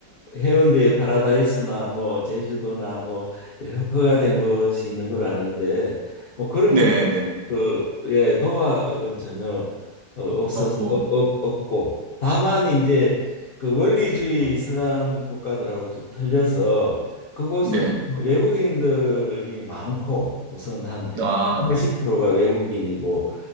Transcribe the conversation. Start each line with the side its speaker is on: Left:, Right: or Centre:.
Left: 해운대의 파라다이스나 뭐 제주도나 뭐 이렇게 허가된 곳이 있는 걸 아는데 뭐 그런
Right: 네,
Left: 거는
Right: 네.
Left: 그 예 도박은 전혀 어, 없어서
Right: 없고.
Left: 없, 없고 다만 이제 그 원리주의 이슬람 국가들하고 좀 틀려서 그곳은
Right: 네.
Left: 외국인들이 많고 우선 한
Right: 아,
Left: 80%가 외국인이고